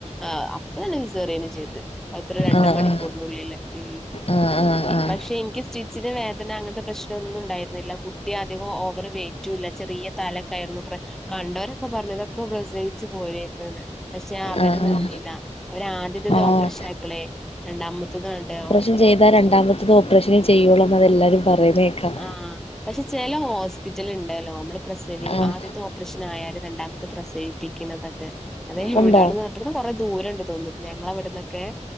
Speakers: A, in the centre; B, on the left (about 50°).
A: ആഹ് ഞാൻ അങ്ങ് സേറിയന് ചെയ്ത് അത്ര രണ്ട്
B: ആഹ്
A: മണിക്കൂറിനുള്ളില് ഉം
B: ആഹ് ആഹ് ആഹ് ആഹ്
A: പക്ഷെ നിക്ക് സ്റ്റി ഇച്ചിരി വേദന അങ്ങനത്തെ പ്രശ്നം ഒന്നും ഉണ്ടായിരുന്നില്ല കുട്ടി അധികം ഓവറി വെയിറ്റുയില്ല. ചെറിയ തലക്കയറുന്ന പ്ര കണ്ടരൊക്കെ പറഞ്ഞതൊക്കെ പ്രസവിച്ച് പോരായ്രുന്നുന്ന്. പക്ഷെ അവര്
B: ആഹ്
A: നിന്നില്ല
B: ആഹ്
A: അവര് ആദ്യത്തത്
B: ആഹ്
A: ഓപ്പറേഷൻആയിപ്പളേ രണ്ടാമ്മത്തെതും ആണ്ട് ഓ
B: ഒന്ന് ചെയ്താൽ രണ്ടാമത്തത് ഓപ്പറേഷനെ ചെയ്യുള്ള എന്ന് എല്ലാവരും പറയുന്നത് കേക്കാം.
A: ആഹ് പക്ഷെ ചെല ഹോസ്പിറ്റൽ ഒണ്ടല്ലോ നമ്മള് പ്രസവി
B: ആഹ്
A: ആദ്യത്തെ ഓപ്പറേഷൻ ആയാല് രണ്ടാമ പ്രസവിപ്പിക്കുന്നതൊക്കെ അതെ
B: ഉണ്ടോ
A: എവിടാണ് ഇവിടുന്ന് കൊറ ദൂരണ്ട് തോന്നുന്നു ഞങ്ങളെ അവിടെനെക്കെ.